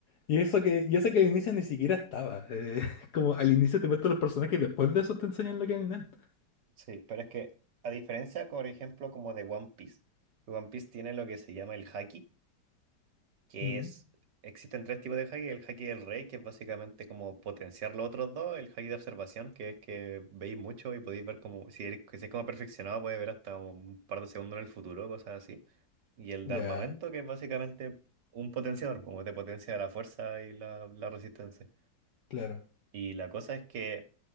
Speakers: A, on the left; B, on the right.
A: Y eso que, y eso que al inicio ni siquiera estaba. eh, <laughs> como al inicio te muestran los personajes y después de eso te enseñan lo que es el Nen.
B: Sí, pero es que a diferencia, por ejemplo, como de One Piece, One Piece tiene lo que se llama el haki, que
A: Mm,
B: es, existen tres tipos de haki, el haki del rey, que es básicamente como potenciar los otros dos, el haki de observación, que es que veis mucho y podéis ver como, si eres, si es como perfeccionado, puede ver hasta un par de segundos en el futuro, cosas así. Y el
A: ya,
B: de armamento, que es básicamente un potenciador, como te potencia la fuerza y la, la resistencia.
A: claro,
B: Y la cosa es que